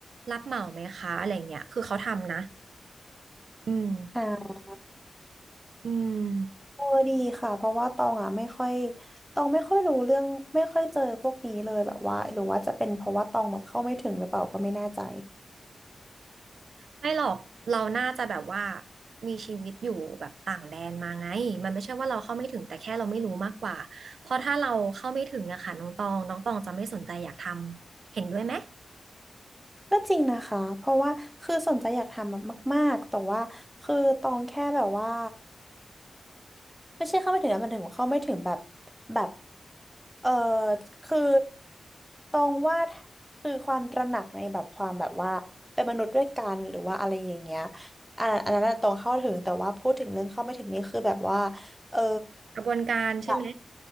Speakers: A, on the right; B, in the centre.
A: รับเหมาไหมคะอะไรเงี้ยคือเขาทำนะอืม
B: อ่า
A: อืม
B: เออดีค่ะเพราะว่าตองอะไม่ค่อย ตองไม่ค่อยรู้เรื่องไม่ค่อยเจอพวกนี้เลยแบบว่าหรือว่าจะเป็นเพราะว่าตองแบบเข้าไม่ถึงหรือเปล่าก็ไม่แน่ใจ
A: ไม่หรอกเราน่าจะแบบว่ามีชีวิตอยู่แบบต่างแดนมาไงมันไม่ใช่ว่าเราเข้าไม่ถึงแต่แค่เราไม่รู้มากกว่าเพราะถ้าเราเข้าไม่ถึงอะค่ะน้องตองน้องตองจะไม่สนใจอยากทำเห็นด้วยไหม
B: ก็จริงนะคะเพราะว่าคือสนใจอยากทำแบบมากๆแต่ว่าคือตองแค่แบบว่า ไม่ใช่เข้าไม่ถึงนะมันถึงเข้าไม่ถึงแบบแบบเออคือตรงว่าคือความตระหนักในแบบความแบบว่าเป็นมนุษย์ด้วยกันหรือว่าอะไรอย่างเงี้ยอันอันนั้นน่ะตรงเข้าถึงแต่ว่าพูดถึงเรื่องเข้าไม่ถึงนี่คือแบบว่าเออ
A: กระบวนการใช่ไหม
B: แบบ